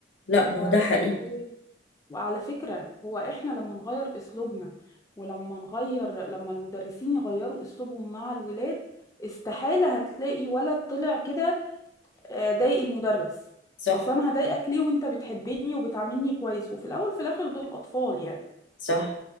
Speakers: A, on the left; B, on the left.
A: لا ما
B: ف...
A: هو ده حقيقي
B: فهي وعلى فكرة هو احنا لما نغير اسلوبنا ولما نغير لما المدرسين يغيروا اسلوبهم مع الولاد استحالة هتلاقي ولد طلع كده آه، ضايق المدرس
A: صح
B: اصلا انا هضايقك ليه وانت بتحبني وبتعاملني كويس وفي الاول في الاخر دول اطفال يعني
A: صح